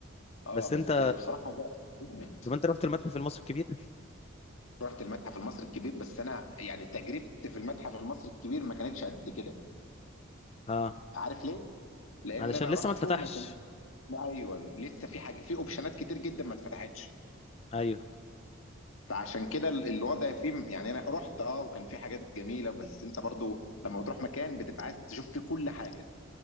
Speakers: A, on the left; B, on the left.
A: اه
B: بس انت
A: بس بصراحه ده جامد.
B: طب انت رحت المتحف المصري الكبير
A: رحت المتحف المصري الكبير بس انا يعني تجربتي في المتحف المصري الكبير ما كانتش قد كده
B: اه
A: عارف ليه؟ لان
B: علشان
A: انا
B: لسه
A: رحته
B: ما اتفتحش
A: ما كانش ايوه لسه في حاجه في اوبشنات كتير جدا ما اتفتحتش
B: ايوه
A: فعشان كده ال- الوضع فيه يعني انا رحت اه وكان في حاجات جميله بس انت برضو لما بتروح مكان بتبقى عايز تشوف فيه كل حاجه